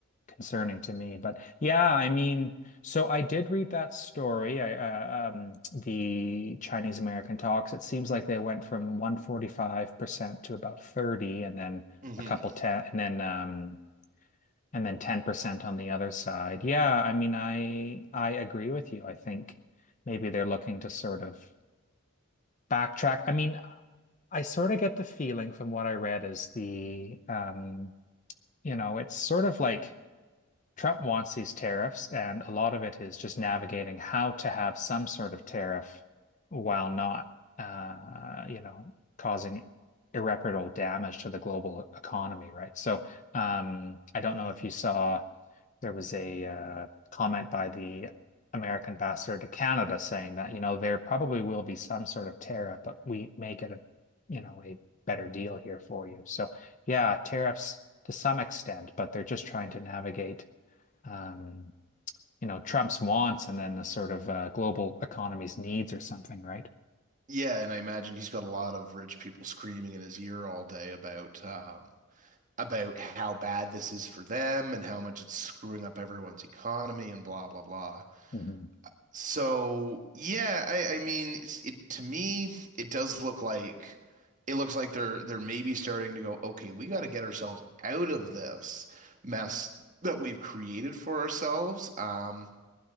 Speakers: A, on the left; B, on the right.
A: concerning to me. But yeah, I mean, so I did read that story, I, uh, um, the Chinese American talks. It seems like they went from 145% to about 30 and then
B: hmm
A: a couple 10 and then um and then 10% on the other side. Yeah, I mean, I I agree with you. I think maybe they're looking to sort of backtrack. I mean, I sort of get the feeling from what I read is the um, you know, it's sort of like Trump wants these tariffs, and a lot of it is just navigating how to have some sort of tariff while not, uh, you know, causing irreparable damage to the global economy, right? So, um, I don't
B: hmm
A: know if you saw there was a uh, comment by the American ambassador to Canada saying that, you know, there probably will be some sort of tariff, but we may get a, you know, a better deal here for you. So, yeah, tariffs to some extent, but they're just trying to navigate um, you know, Trump's wants and then the sort of uh, global economy's needs or something, right?
B: Yeah, and I imagine he's got a lot of rich people screaming in his ear all day about um about how bad this is for them and how much it's screwing up everyone's economy and blah blah blah.
A: Mhm.
B: So yeah, I, I mean, it's, it to me, it does look like it looks like they're they're maybe starting to go, okay, we got to get ourselves out of this mess that we've created for ourselves. Um,